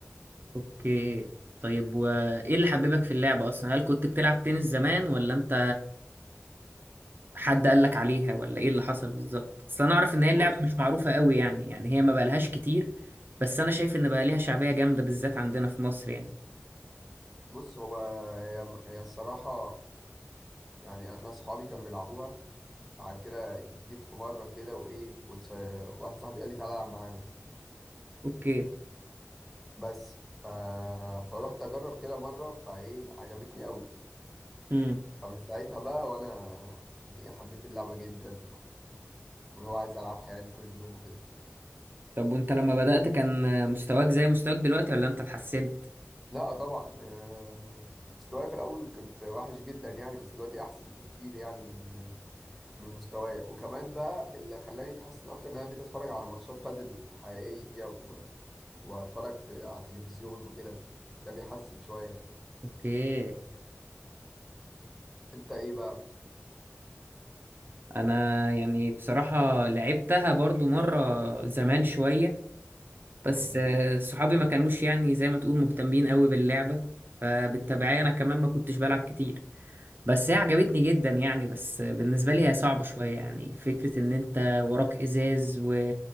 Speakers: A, on the right; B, in the centre.
A: اوكي طيب وايه اللي حببك في اللعبة اصلا هل كنت بتلعب تنس زمان ولا انت حد قال لك عليها ولا ايه اللي حصل بالظبط اصل انا اعرف ان هي اللعبة
B: بص
A: مش معروفة قوي يعني يعني هي ما بقالهاش كتير بس انا شايف ان بقى ليها شعبية جامدة بالذات عندنا في مصر يعني
B: بص هو هي هي الصراحة يعني انا اصحابي كانوا بيلعبوها بعد كده جيت في مرة كده وإيه وتس... واحد صاحبي قال لي تعالى العب معانا
A: اوكي
B: بس ف... فروحت أجرب كده مرة فإيه عجبتني قوي
A: امم
B: فمن ساعتها بقى وأنا يعني إيه حبيت اللعبة جدا واللي هو عايز ألعبها يعني كل يوم وكده
A: طب وانت لما بدأت كان مستواك زي مستواك دلوقتي ولا انت اتحسنت
B: لا طبعا آه، مستواي في الأول كنت وحش جدا يعني بس دلوقتي أحسن بكتير يعني من من مستواي وكمان بقى اللي خلاني أتحسن أكتر إن أنا بقيت أتفرج على ماتشات بادل حقيقية و... وأتفرج في... على التلفزيون وكده ده بيحسن شوية
A: اوكي
B: انت ايه بقى
A: انا يعني بصراحة لعبتها برضو مرة زمان شوية بس
B: مم.
A: آه، صحابي ما كانوش يعني زي ما تقول مهتمين قوي باللعبة فبالتبعية انا كمان ما كنتش بلعب كتير بس هي عجبتني جدا يعني بس آه، بالنسبة لي هي صعبة شوية يعني فكرة ان انت وراك ازاز و...